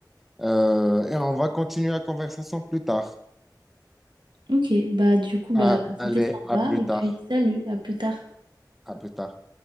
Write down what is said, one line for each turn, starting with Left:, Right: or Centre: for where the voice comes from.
Centre: Euh, et on va continuer la conversation plus tard.
Right: Ok, bah du coup, bah,
Centre: Ah, Allez,
Right: c'était sympa.
Centre: à plus
Right: Et puis,
Centre: tard.
Right: salut, à plus tard.
Centre: À plus tard.